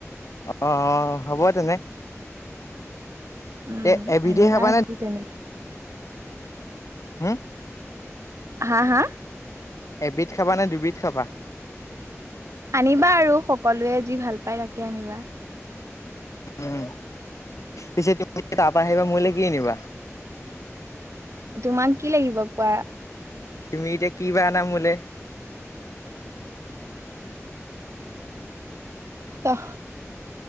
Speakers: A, on the left (about 75°); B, on the right (about 70°).
A: অ হ'ব তেনে
B: উম,
A: এ এবিধে
B: আঁ নিবাহি
A: খাবা নে
B: তেনে।
A: হম।
B: হাঁ, হাঁ
A: এবিধ খাবা নে দুবিধ খাবা?
B: আনিবা আৰু সকলোৱে যি ভাল পায় তাকে আনিবা।
A: উম পিছে তুমি তাৰপৰা আহিবা মোৰে কি আনিবা?
B: তোমাক কি লাগিব কোৱা?
A: তুমি এতিয়া কি বা আনা মোলে?
B: চ।